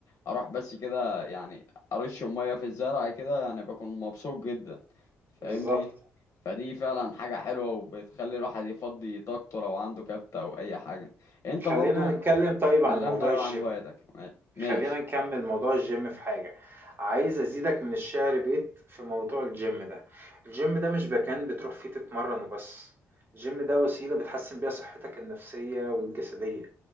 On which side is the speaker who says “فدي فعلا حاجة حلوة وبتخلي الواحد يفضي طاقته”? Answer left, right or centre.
Left